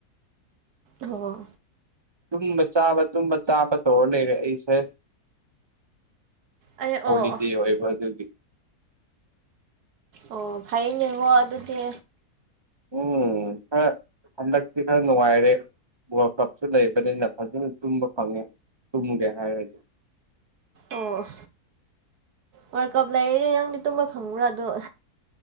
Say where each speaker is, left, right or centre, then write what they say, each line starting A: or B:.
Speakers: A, on the right; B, on the right.
A: ꯍꯣꯏ
B: ꯇꯨꯝꯕ ꯆꯥꯕ ꯇꯨꯝꯕ ꯆꯥꯕ ꯇꯧꯔ ꯂꯩꯔꯦ ꯑꯩꯁꯦ
A: ꯑꯩ
B: ꯍꯣꯂꯤꯗꯦ
A: ꯑꯣ
B: ꯑꯣꯏꯕ ꯑꯗꯨꯒꯤ
A: ꯑꯣ ꯐꯩꯌꯦꯅꯦꯀꯣ ꯑꯗꯨꯗꯤ
B: ꯎꯝ ꯈꯔ ꯍꯟꯗꯛꯇꯤ ꯈꯔ ꯅꯨꯡꯉꯥꯏꯔꯦ ꯋꯥꯔ꯭ꯜꯀꯞꯁꯨ ꯂꯩꯕꯅꯤꯅ ꯐꯖꯅ ꯇꯨꯝꯕ ꯐꯪꯉꯦ ꯇꯨꯝꯗꯦ ꯍꯥꯏꯔꯗꯤ
A: ꯑꯣ ꯋꯥꯔ꯭ꯜ ꯀꯞ ꯂꯩꯔꯦꯅ ꯅꯪꯗꯤ ꯇꯨꯝꯕ ꯐꯪꯕ꯭ꯔ ꯑꯗꯣ